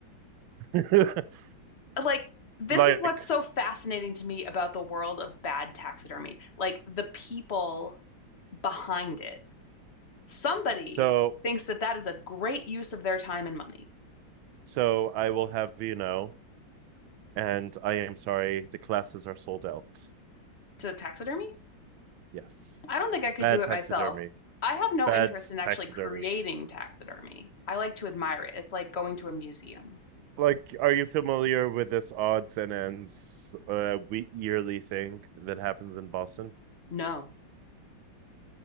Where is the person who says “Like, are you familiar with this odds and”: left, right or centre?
Right